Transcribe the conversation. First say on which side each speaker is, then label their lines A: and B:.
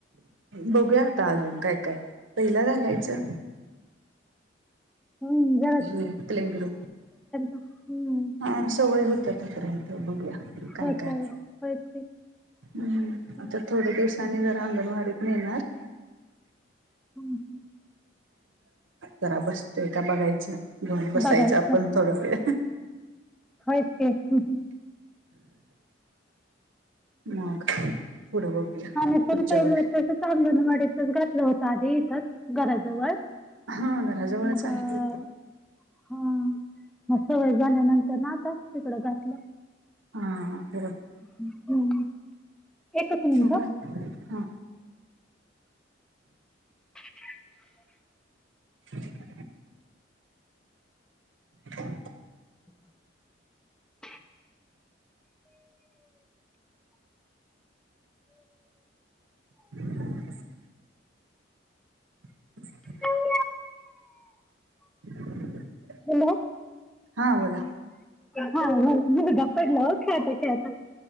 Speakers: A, on the right; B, in the centre.
A: बगुया आता अजून काय काय पइला घालायचं
B: हम्म जा
A: हे क्लेगर
B: हं,
A: हा सवय होत तपर्यंत बघूया काय
B: होतंय.
A: काय
B: होयच की.
A: हम्
B: हं,
A: आता थोडे दिवस आणि जरा अंगणवाडीत येेणार
B: हम्म
A: जरा बसतोय का बगायचं घेऊन बसायचं
B: बघायचं.
A: आपण थोडा वेळ
B: हो तेच की
A: मग पुढं बघूया
B: <unintelligible>
A: पुढच्या
B: त
A: वेळेस
B: चांगून वाडीतच घातलं होत आधी इथच घराजवळ
A: हा घराजवळच
B: मग
A: आहे
B: अ हा म सवय झाल्यानंतर ना आता तिकड घातलं
A: हा बर
B: हम एकच मिनिट
A: बर हा
B: <inaudible>
A: <inaudible> <unintelligible>
B: <unintelligible>
A: <unintelligible> <unintelligible>
B: हॅलो
A: <unintelligible>
B: हॅलो
A: हा बोला
B: हा मुलगा पडला ओ खेळता खेळता